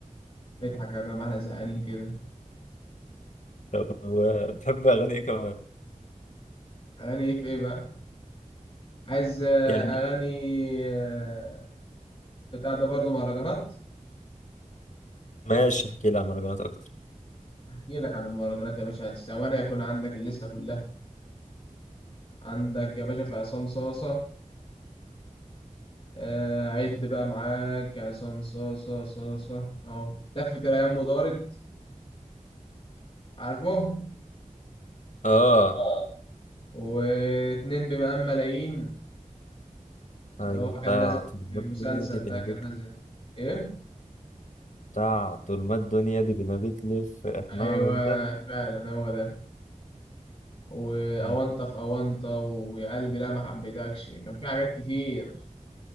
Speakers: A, on the left; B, on the left.
A: اضحك يا ما احنا زهقانين كده
B: طب و- بتحب اغاني ايه كمان
A: أغاني إيه في إيه بقى عايز آه،
B: يعني
A: أغاني آه، بتاع ده برضه مهرجانات
B: ماشي احكي لي عن مهرجانات اكتر
A: أحكي لك عن المهرجانات يا باشا ثواني يكون عندك الليستة كلها عندك يا باشا في عصام صاصة آه عد بقى معاك عصام صاصة صاصة أهو لفت الأيام ودارت عارفه
B: اه
A: اه واتنين بمقام ملايين اللي
B: ايوه
A: هو كان
B: بتاع
A: نازل
B: طول
A: في
B: ما الدنيا
A: مسلسل
B: دي بنبتلي
A: ده كان نازل إيه؟
B: بتاع طول ما الدنيا دي بنبتلي فاحنا
A: أيوه
B: هنفضل
A: فعلا هو ده وأونطة
B: أيوة.
A: في أونطة ويا قلبي لا ما حبيتكش كان في حاجات كتير